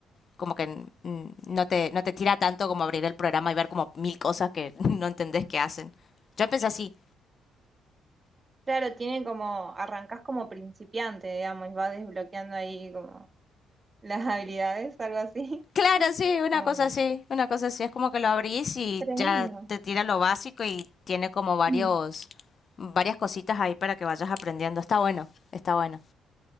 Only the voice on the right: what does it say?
Claro, tiene como, arrancás como principiante, digamos, y vas desbloqueando ahí como <laughs> las habilidades, algo así.
<laughs>
Como...
Tremendo.
Mm.